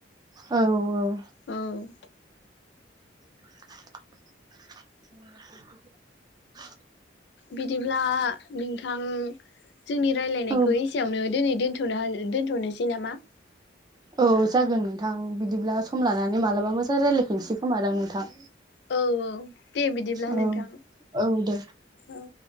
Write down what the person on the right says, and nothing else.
औ औ
<inaudible>
औ
औ जागोन नोंथां बिदिब्ला सम लानानै मालाबा मोसो रायलायफिनसै खोमादां नोंथां।
औ
औ दे